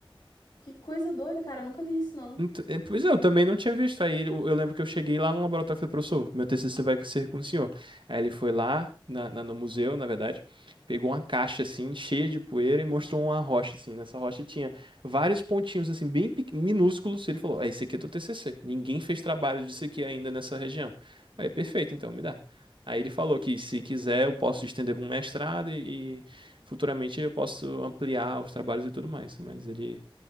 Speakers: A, on the left; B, on the right.
A: Que coisa doida, cara, eu nunca vi isso, não.
B: Ent- é, Pois é, eu também não tinha visto. Aí eu, eu lembro que eu cheguei lá no laboratório e falei, professor, meu TCC vai ser com o senhor. Aí ele foi lá na, na- no museu, na verdade, pegou uma caixa assim, cheia de poeira e mostrou uma rocha assim. Nessa rocha tinha vários pontinhos assim, bem pequ- minúsculos. Ele falou, ah, esse aqui é do TCC. Ninguém fez trabalho disso aqui ainda nessa região. Aí, perfeito, então, me dá. Aí ele falou que se quiser eu posso estender para um mestrado e, e futuramente eu posso ampliar os trabalhos e tudo mais. Mas ele